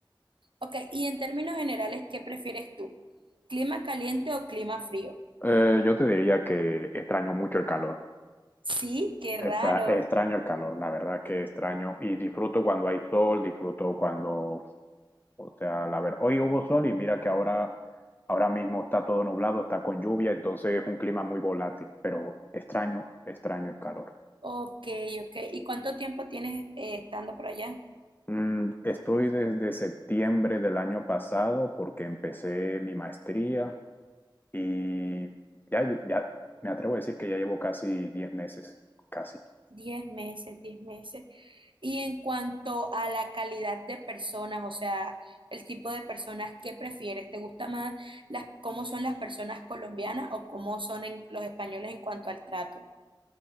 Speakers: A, on the right; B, on the left.
A: ok. Y en términos generales, ¿qué prefieres tú? ¿Clima caliente o clima frío?
B: Eh, yo te diría que extraño mucho el calor.
A: Sí, qué raro.
B: Está, extraño el calor, la verdad que extraño. Y disfruto cuando hay sol, disfruto cuando, o sea, la verdad, hoy hubo sol y mira que ahora, ahora mismo está todo nublado, está con lluvia, entonces es un clima muy volátil, pero extraño, extraño el calor.
A: Ok, ok. ¿Y cuánto tiempo tienes eh, estando por allá?
B: Mm, estoy desde septiembre del año pasado porque empecé mi maestría y ya, ya me atrevo a decir que ya llevo casi 10 meses, casi.
A: Diez meses, diez meses. Y en cuanto a la calidad de personas, o sea, el tipo de personas que prefieres, ¿te gusta más las, cómo son las personas colombianas o cómo son en- los españoles en cuanto al trato?